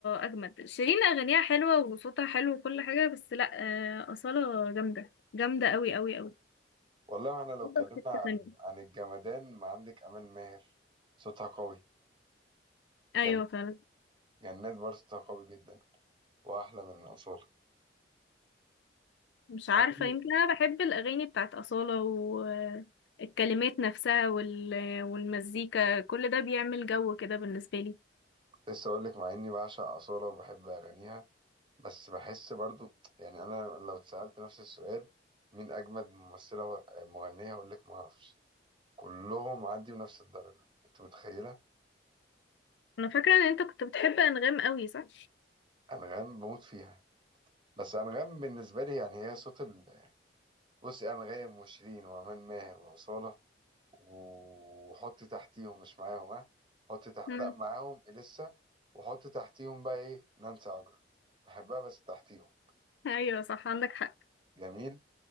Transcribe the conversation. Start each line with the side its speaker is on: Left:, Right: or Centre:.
Left: اجمد شيرين اغانيها حلوه وصوتها حلو وكل حاجه بس لا آه اصاله جامده جامده قوي قوي قوي
Right: والله ما احنا لو
Left: صوتها
Right: اتكلمنا
Left: في حته
Right: عن
Left: ثانيه
Right: عن الجمدان ما عندك امال ماهر صوتها قوي
Left: ايوه
Right: جن...
Left: فعلا
Right: جنات برضه صوتها قوي جدا واحلى من اصاله
Left: مش
Right: مع
Left: عارفة
Right: اني
Left: يمكن أنا بحب الأغاني بتاعت أصالة والكلمات نفسها وال... والمزيكا كل ده بيعمل جو كده بالنسبة لي
Right: كنت لسه اقول لك مع اني بعشق اصاله وبحب اغانيها بس بحس برضو يعني انا لو اتسالت نفس السؤال مين اجمد ممثله و- مغنيه اقول لك ما اعرفش كلهم عندي بنفس الدرجه انت متخيله
Left: أنا فاكرة إن أنت كنت بتحب أنغام قوي صح؟
Right: انغام بموت فيها بس انغام بالنسبه لي يعني هي صوت ال... بصي انغام وشيرين وامان ماهر واصاله وحطي تحتيهم مش معاهم ها حطي تحت
Left: مم.
Right: لا معاهم اليسا وحطي تحتيهم بقى ايه نانسي عجرم بحبها بس تحتيهم
Left: أيوة صح عندك حق
Right: جميل